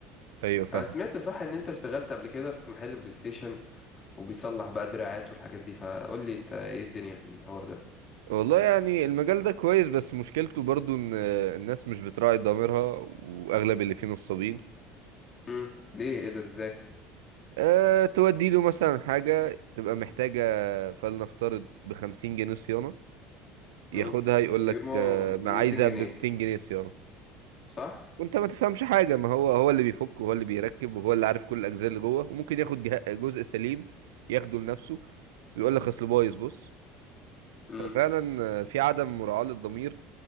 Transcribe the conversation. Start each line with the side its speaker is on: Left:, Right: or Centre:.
Right: ايوه فاهم
Left: انا سمعت صح ان انت اشتغلت قبل كده في محل بلاي ستيشن وبيصلح بقى دراعات والحاجات دي فقول لي انت ايه الدنيا في الحوار ده
Right: والله يعني المجال ده كويس بس مشكلته برضو ان آه، الناس مش بتراعي ضميرها واغلب اللي فيه نصابين
Left: امم ليه ايه ده ازاي
Right: أه تودي له مثلا حاجة تبقى محتاجة فلنفترض بخمسين جنيه صيانة ياخدها
Left: امم
Right: يقول
Left: يوم
Right: لك
Left: هو
Right: ما
Left: 200
Right: عايزها
Left: جنيه
Right: بمتين جنيه صيانة
Left: صح
Right: وانت ما تفهمش حاجة ما هو هو اللي بيفك وهو اللي بيركب وهو اللي عارف كل الأجزاء اللي جوه وممكن ياخد جه- جزء سليم ياخده لنفسه ويقول لك اصل بايظ بص
Left: امم
Right: ففعلا آه، في عدم مراعاة للضمير